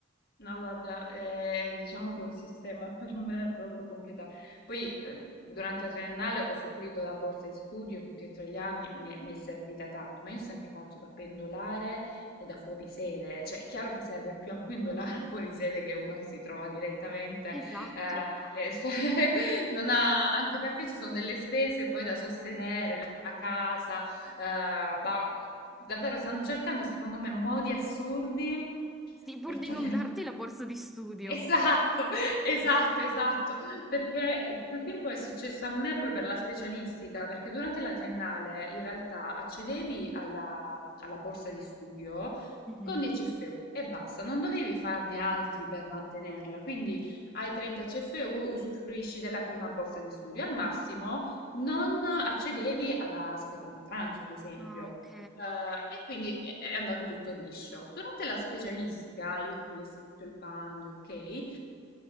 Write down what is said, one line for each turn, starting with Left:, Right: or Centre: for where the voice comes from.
Left: No, guarda, eh, diciamo che è un sistema <laughs> per me proprio completato. Poi eh, durante la triennale ho usufruito della borsa di studio tutti e tre gli anni, mi è, mi è servita tanto, ma io ho sempre fatto da pendolare e da fuorisede, cioè è chiaro che serve più a un pendolare <laughs> a un fuorisede che uno che si trova direttamente,
Centre: Esatto.
Left: eh, le- <laughs> cioè, non ha- anche perché ci sono delle spese poi da sostenere, la la casa, eh, ma davvero stanno cercando secondo me modi assurdi
Centre: Sì, pur
Left: per
Centre: di
Left: togliere
Centre: non darti la borsa di studio.
Left: Esatto, <laughs> esatto, esatto, perché quel film poi è successo a me poi per la specialistica, perché durante la triennale in realtà accedevi alla, alla borsa di studio
Centre: Mhm.
Left: con 10 CFU e basta, non dovevi farne altri per mantenerla, quindi ai 30 CFU usufruisci della prima borsa di studio, al massimo non accedevi alla seconda tranche, ad esempio.
Centre: Ah, ok.
Left: Eh, e quindi è è andato tutto liscio. Durante la specialistica, io che mi lessi tutto il bando, ok, eh,